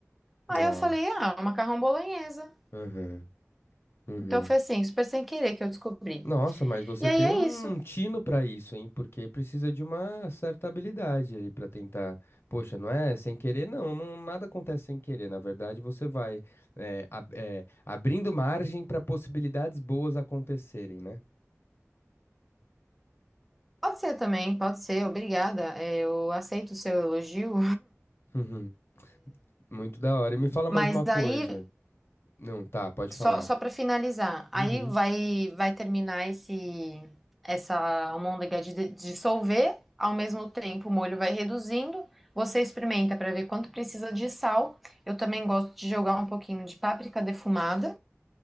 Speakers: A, in the centre; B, on the left (about 50°).
A: Aí
B: Nossa.
A: eu falei, ah, é um macarrão bolonhesa.
B: Uhum. Uhum.
A: Então foi assim, super sem querer que eu descobri.
B: Nossa, mas você
A: E aí
B: tem
A: é
B: um
A: isso.
B: tino pra isso, hein? Porque precisa de uma certa habilidade ali pra tentar. Poxa, não é sem querer, não, não- Nada acontece sem querer. Na verdade, você vai é, ab- é, abrindo margem pra possibilidades boas acontecerem, né?
A: Pode ser também, pode ser, obrigada. É, Eu aceito o seu elogio.
B: <laughs> Muito da hora. E me fala
A: <laughs>
B: mais uma
A: Mas
B: coisa.
A: aí
B: Não, tá, pode
A: Só,
B: falar.
A: só para finalizar, aí
B: Uhum.
A: vai vai terminar esse essa almôndega de de- dissolver, ao mesmo tempo o molho vai reduzindo. Você experimenta para ver quanto precisa de sal. Eu também gosto de jogar um pouquinho de páprica defumada.